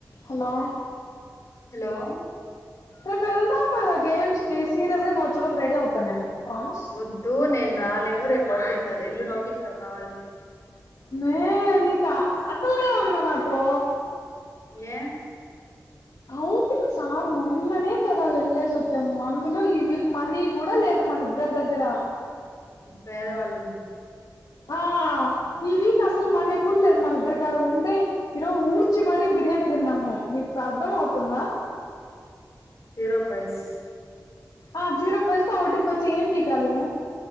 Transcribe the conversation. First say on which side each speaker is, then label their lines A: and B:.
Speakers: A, on the left (about 75°); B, on the left (about 50°).
A: Hello
B: hello
A: రేప్ ఏళ్దాం గాదా గేమ్స్ కి సీరియస్ గా నువ్వు వచ్చే లోపు రెడీ అవుతాను నేను. ప్రామిస్
B: వద్దు నేను రాలేను రేప్ ఔటింగ్ ఎల్లుండి ఔటింగ్ రా కావాలంటే.
A: మే నీక్ అటల్గా ఉంద నాతో.
B: ఏం.
A: ఓటింగ్ సార్ మొన్ననే కదా వెళ్ళే వస్. చము అందులో ఈ వీక్ మనీ కూడా లేదు మన ఇద్దరి దగ్గర.
B: పేదవాళ్ళం.
A: ఆహ్ ఈ వీక్ అసలు మనీ కూడా లేద్ మనిద్దరికాడ ఉంటే ఈరోజు ఊడ్చి మరీ బిర్యానీ తిన్నాము నికు అర్ధం అవుతుందా.
B: జీరో పైస్.
A: ఆహ్ జీరో పైస్ తో ఔటింగ్ కోచ్చి ఏం పికాలి.